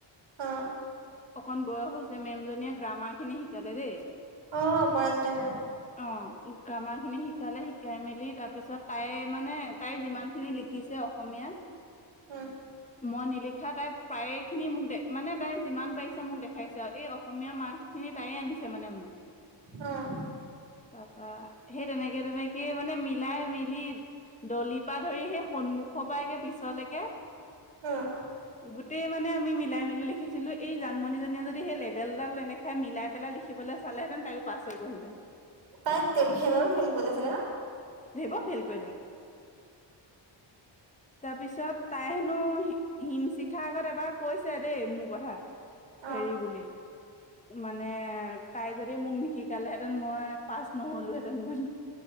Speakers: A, on the right; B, on the left.
A: অ',
B: অকন বয়স হৈছে মেম জনীয়ে গ্ৰামাৰ খিনি শিকালে দেই।
A: অ', অপৰাজিতা মেম।
B: অঁ গ্ৰামাৰ খিনি শিকালে শিকাই মেলি তাৰ পিছত তাই মানে তাই যিমান খিনি লিখিছে, অ'। অসমীয়াত
A: হু'ম।
B: মই নিলিখা তাই প্ৰায়েখিনি মোক দে মানে তাই যিমান পাৰিছে মোক দেখাইছে আৰু এই অসমীয়া মাৰ্কখিনিত তায়ে আনিছে মানে মোক।
A: উম'।
B: তাৰপা সেই তেনেকে তেনেকে মানে মিলাই মিলি দলিপা ধৰি সেই সন্মুখৰপা একে পিছলেকে।
A: উম,
B: গোটেই মানে আমি মিলাই মেলি লেখিছিলো। এই জানমনীজনীয়ে যদি সেই লেভেলডাল নেদেখায় মিলাই পেলাই লিখবলৈ চালেহেঁতেন তায়ো পাছ হৈ গ'লহেঁতেন।
A: তাইতে সেই বাবে ফেল কৰিলেছোগে ন?
B: দেব ফেইেল কৰিলে। তাৰপিছত তাই হেনো হিম শিখাৰ আগত এবাৰ কৈছে দেই মোৰ কথা।
A: অ',
B: হেৰি বুলি। মানে তাই যদি মোক নিশিকালেহেঁতেন মই পাচ নহলোহেঁতেন পাচ।